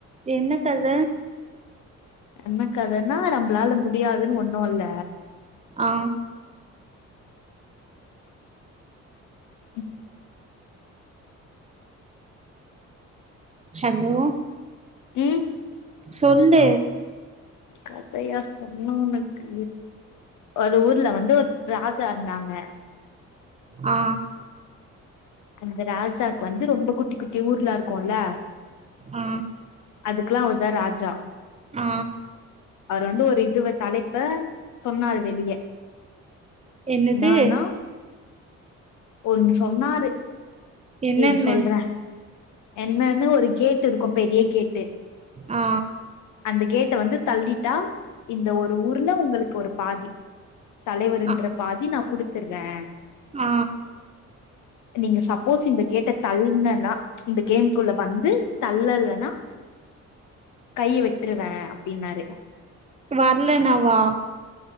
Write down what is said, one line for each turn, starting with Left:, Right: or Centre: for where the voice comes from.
Right: என்ன கத
Left: என்ன கதன்னா நம்ளால முடியாதுன்னு ஒன்னு இல்ல
Right: ஆ
Left: ம்
Right: ஹலோ
Left: ம்
Right: சொல்லு
Left: கதையா சொன்ன உனக்கு ஒரு ஊர்ல வந்து ஒரு ராஜா இருந்தாங்க
Right: ஆ
Left: அந்த ராஜாக்கு வந்து ரொம்ப குட்டி குட்டி ஊர்லா இருக்குல்ல
Right: ஆ
Left: அதுக்லா அவர்தா ராஜா
Right: ஆ
Left: அவர் வந்டு ஒரு இதுவ தலைப்ப சொன்னாரு வெளியே
Right: என்னது
Left: என்னானா ஒன்னு சொன்னாரு
Right: என்னென்ன
Left: இன் சொல்ற என்னன்னு ஒரு கேட்டு இருக்கு பெரிய கேட்டு
Right: ஆ
Left: அந்த கேட்ட வந்து தள்ளிட்டா இந்த ஒரு ஊர்ல உங்களுக்கு ஒரு பாதி தலைவர்ன்ற
Right: ஆ
Left: பாதி நா குடுத்துர்றே
Right: ஆ
Left: நீங்க சப்போஸ் இந்த கேட்ட தள்னன்னா இந்த கேம் குள்ள வந்து தள்ளலனா கைய வெட்ருவே அப்டின்னாரு
Right: வர்லனவா